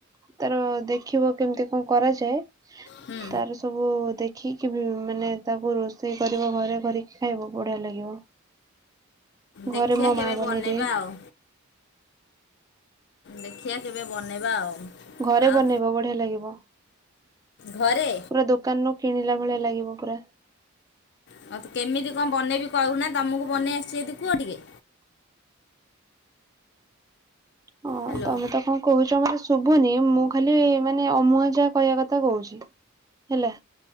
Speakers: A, on the right; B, on the left.
A: ତାର ଦେଖିବ କେମିତି କଣ କରାଯାଏ
B: ହୁଁ
A: ତାର ସବୁ ଦେଖ ଦେଖିକି ମାନେ ତାକୁ ରୋଷେଇ କରିବ ଘରେ କରିକି ଖାଇବ ବଢିଆ ଲାଗିବ। ଘରେ
B: ଦେଖିିବା
A: ମୋ
B: କେବେ
A: ମା ବନେଇଦିଏ
B: ବନେଇବା ଆଉ ଦେଖିବା କେବେ ବନେଇବା ଆଉ
A: ଘରେ
B: ଆଉ
A: ବନେଇବ ବଢିଆ ଲାଗିବ।
B: ଘରେ।
A: ପୁରା ଦୋକାନରୁୁ କିଣିଲା ଭଳିଆ ଲାଗିବ ପୁରା।
B: ହଉ ତ କେମିତି କଣ ବନେଇବି କହୁନା ତମକୁ ବନେଇ ଆସିଛି ଏଠି କୁହ ଟିକେ?
A: ହଁ
B: ହ୍ୟାଲୋ
A: ତମେ ତ କଣ କହୁଛ ମତେ ଶୁଭୁନି ମୁଁ ଖାଲି ମାନେ ଅମୁହା ଯା କହିବା କଥା କହୁଛି ହେଲା।